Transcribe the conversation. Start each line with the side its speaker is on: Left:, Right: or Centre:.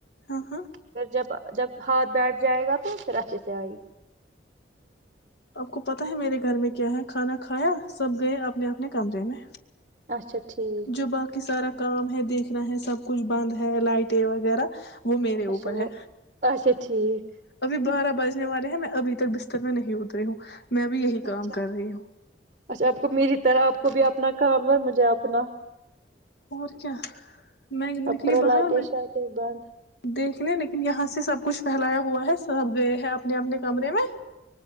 Left: ہاں ہاں
Right: تو جب جب ہاتھ بیٹھ جائے گا تو پھر اچھے سے آئے گی
Left: آپ کو پتا ہے میرے گھر میں کیا ہے کھانا کھایا سب گئے اپنے اپنے کمرے میں
Right: اچھا ٹھیک
Left: جو باقی سارا کام ہے دیکھنا ہے سب کچھ بند ہے لائٹیں وغیرہ وہ میرے
Right: اچھا
Left: اوپر
Right: وہ
Left: ہے
Right: اچھا ٹھیک
Left: ابھی بارہ بجنے والے ہیں میں ابھی تک بستر میں نہیں اتری ہوں میں ابھی یہی
Right: اچھا
Left: کام کر رہی ہوں
Right: اچھا آپ کو میری طرح آ کو بھی اپنا کام ہے مجھے اپنا
Left: اور کیا میں
Right: آپ
Left: نکلی
Right: کرو
Left: باہر
Right: لائٹیں
Left: میں
Right: شائٹیں بند
Left: دیکھنے لیکن یہاں سے سب کچھ پھیلایا ہوا ہے سب گئے ہیں اپنے اپنے کمرے میں